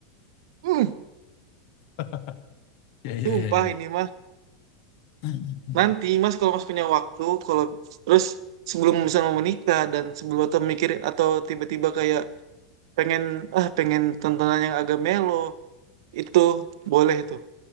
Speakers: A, on the right (about 60°); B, on the left (about 50°).
A: hmm.
B: <laughs> Ya, ya,
A: Sumpah
B: ya, ya.
A: ini mah
B: <clears throat>
A: nanti Mas kalau Mas punya waktu kalau terus sebelum misalnya mau menikah dan sebelum atau mikir atau tiba-tiba kayak pengen ah pengen tontonan yang agak melo itu boleh tuh.